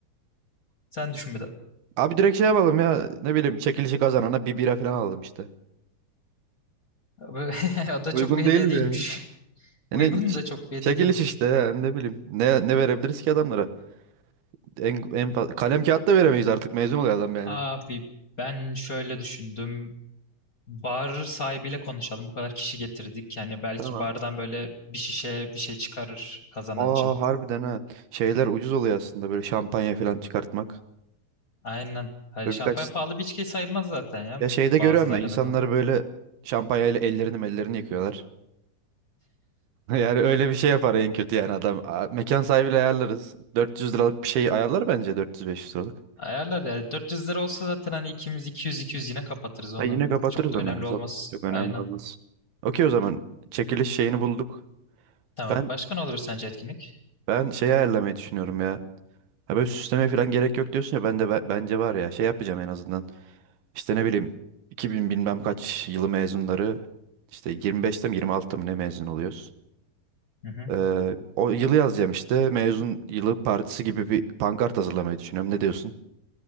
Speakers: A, on the left; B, on the right.
A: sen düşün bir de.
B: Abi direkt şey yapalım ya. Ne bileyim çekilişi kazanana bir bira falan alalım işte.
A: <laughs> O da
B: Uygun
A: çok bir hediye
B: değil mi?
A: değilmiş. <laughs>
B: Yani
A: Uygun
B: ç-
A: da çok bir hediye
B: çekiliş
A: değilmiş.
B: işte yani ne bileyim. Ne ne verebiliriz ki adamlara? En, en fa- kalem kağıt da veremeyiz artık mezun oluyor adam yani.
A: Abi ben şöyle düşündüm. Bar sahibiyle konuşalım. Bu kadar kişi getirdik. Yani belki
B: Tamam.
A: bardan böyle bir şişe bir şey çıkarır kazanan
B: Aa
A: için.
B: harbiden ha. Şeyler ucuz oluyor aslında böyle şampanya falan çıkartmak.
A: Aynen. Hani
B: Böyle
A: şampanya
B: birkaç
A: pahalı bir içki sayılmaz zaten ya.
B: ya şeyde görüyorum
A: Bazıları
B: ben insanları
A: en azından.
B: böyle şampanyayla ellerini ellerini yıkıyorlar. <laughs> Yani öyle bir şey yapar en kötü yani adam. Aa, Mekan sahibiyle ayarlarız. 400 liralık bir şey ayarlar bence 400-500 liralık.
A: Ayarlar ya. 400 lira olsa zaten hani ikimiz 200-200 yine kapatırız onu.
B: Ha, yine kapatırız
A: Çok da
B: onu.
A: önemli olmaz.
B: Çok çok önemli
A: Aynen.
B: olmaz. Okey o zaman çekiliş şeyini bulduk.
A: Tamam.
B: Ben
A: Başka ne olabilir sence etkinlik?
B: ben şeyi ayarlamayı düşünüyorum ya. Ha böyle süslemeye falan gerek yok diyorsun ya ben de be- bence var ya şey yapacağım en azından. İşte ne bileyim 2000 bilmem kaç yılı mezunları işte 25'te mi 26'ta mı ne mezun oluyoruz?
A: Hı hı.
B: Ee, o yılı yazacağım işte mezun yılı partisi gibi bir pankart hazırlamayı düşünüyorum. Ne diyorsun?